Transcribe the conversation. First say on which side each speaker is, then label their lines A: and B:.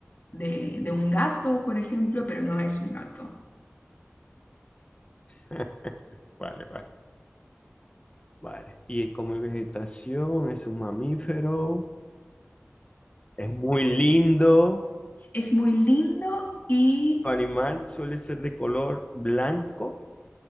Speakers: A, on the left (about 40°); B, on the left (about 25°).
A: de, de un gato, por ejemplo, pero no es un gato.
B: <laughs> vale, vale. Vale. Y come vegetación, es un mamífero, es muy lindo.
A: Es muy lindo y
B: Su animal suele ser de color blanco.